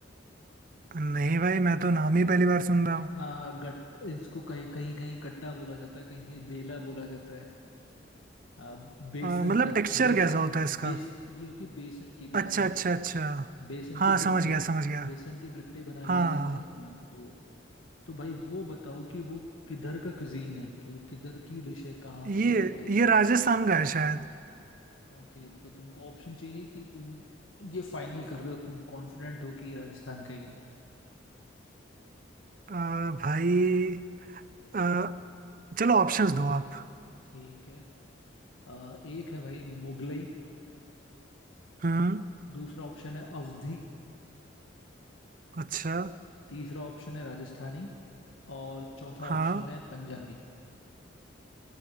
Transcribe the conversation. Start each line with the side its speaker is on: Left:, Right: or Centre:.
Right: नहीं भाई मैं तो नाम ही पहली बार सुन रहा
Left: हाँ
Right: हूँ
Left: गट इसको कहीं कहीं कहीं गट्टा बोला जाता है कहीं कहीं बेला बोला जाता है आ, बेसन
Right: अ, मतलब
Left: क्या
Right: टेक्सचर
Left: बेस
Right: कैसा होता है इसका
Left: बेस ये होती है बेसन की बेसन
Right: अच्छा अच्छा
Left: की
Right: अच्छा
Left: बेसन
Right: हाँ
Left: के गट्टे
Right: समझ गया समझ गया
Left: बेसन के गट्टे बना लिए
Right: हाँ
Left: जाते हैं हाँ तो तो भाई वो बताओ कि वो किधर का कुजीन है मतलब वो किधर की डिश है कहाँ
Right: ये
Left: से वो आई है
Right: ये राजस्थान का है शायद
Left: ओके तो तुमको ऑप्शन चाहिए कि तुम ये फाइनल कर रहे हो तुम कॉन्फिडेंट हो कि ये राजस्थान का ही है
Right: अ, भाई अ, चलो ऑप्शंस दो आप
Left: ठीक है अ, एक है भाई मुगलई
Right: हम्म
Left: दूसरा ऑप्शन है अवधी
Right: अच्छा
Left: तीसरा ऑप्शन है राजस्थानी और चौथा
Right: हाँ
Left: ऑप्शन है पंजाबी